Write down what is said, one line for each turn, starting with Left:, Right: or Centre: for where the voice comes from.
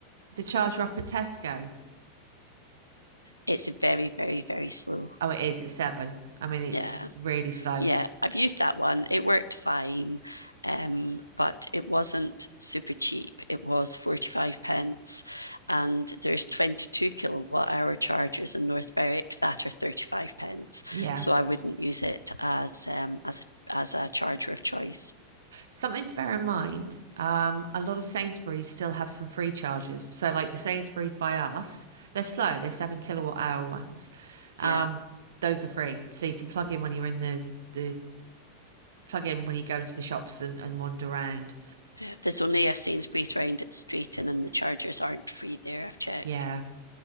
Right: the charger up at Tesco?
Left: It's very, very, very slow.
Right: Oh, it is. It's seven. I mean, it's
Left: Yeah.
Right: really slow.
Left: Yeah, I've used that one. It worked fine, um, but it wasn't super cheap. It was 45 pence, and there's 22 kilowatt hour chargers in North Berwick that are 35 pence.
Right: Yeah.
Left: So I wouldn't use it as um, as a, as a charger of choice.
Right: Something to bear in mind, um, a lot of Sainsbury's still have some free chargers. So, like the Sainsbury's by us, they're slow, they're seven kilowatt hour ones. Um,
Left: Yeah.
Right: those are free. So you can plug in when you're in the, the plug in when you go into the shops and, and wander around.
Left: yeah. There's only a Sainsbury's round its street, and and the chargers aren't free there, I've checked.
Right: Yeah.